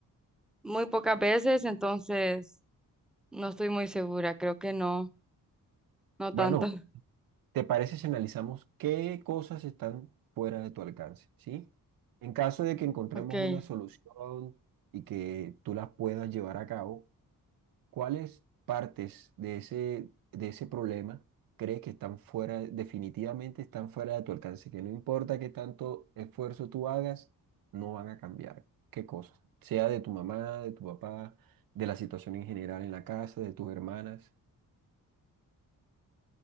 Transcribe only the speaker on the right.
Bueno,
¿te parece si analizamos qué cosas están fuera de tu alcance? ¿Sí? En caso de que encontremos
una solución y que tú las puedas llevar a cabo, ¿Cuáles partes de ese, de ese problema crees que están fuera, definitivamente están fuera de tu alcance? Que no importa qué tanto esfuerzo tú hagas, no van a cambiar. ¿Qué cosas? Sea de tu mamá, de tu papá, de la situación en general en la casa, de tus hermanas.